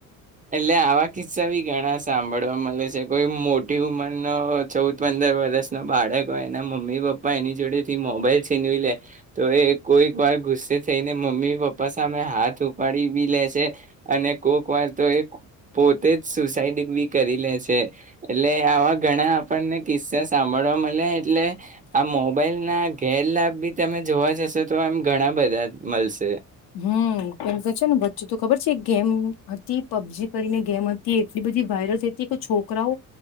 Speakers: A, on the right (about 20°); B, on the left (about 70°).
A: એટલે આવા કિસ્સા બી ઘણા સાંભળવા મળે છે કોઈ મોટી ઉંમરનો ચૌદ પંદર વર્ષ ન બાળક હોય એના મમ્મી પપ્પા એની જોડે થી મોબાઈલ છીનવી લે તો એ કોઈક વાર ગુસ્સે થઈને મમ્મી પપા સામે હાથ સુપાડી બી લે છે અને કોક વાર તો એ પોતે જ સુસાઈડ બી કરી લે છે એટલે આવા ઘણા આપણને કિસ્સા સાંભળવા મળ્યા એટલે આ મોબાઈલ ઘેરલાાભ બી તમે જોવા જશો તો એમ ઘણા બધા મળશે
B: હમમ કે છે ને વચ્ચે તો ખબર છે ગેમ હતી પબજી કરીને ગેમ હતી એટલી બધી વાયરલ થઈ હતી કે છોકરાઓ